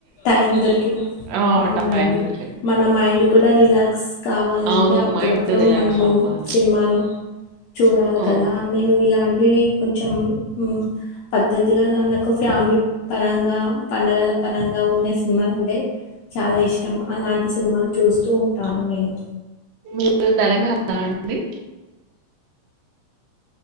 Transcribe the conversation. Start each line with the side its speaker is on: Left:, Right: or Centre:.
Left: టైం దొరికిన
Right: ఆ
Left: అవునండి
Right: టైం దొరికింది
Left: మన మైండ్ కూడా రిలాక్స్ కావాలంటే
Right: అవును
Left: అప్పుడప్పుడు
Right: మైండ్ రిలాక్స్
Left: మనము మూవీస్
Right: అవ్వాలి
Left: సినిమా చూడాలి
Right: ఆ,
Left: కదా నేను ఇలాంటి ఏ కొంచెం యూ పద్ధతి గల నాకు ఫ్యామిలీ పరంగా పండగల ప అనంగా ఉండే సినిమాలు అంటే చాలా ఇష్టం అలాంటి సినిమాలు చూస్తూ ఉంటాను నేను
Right: మీరు తెలంగాణ నా అండి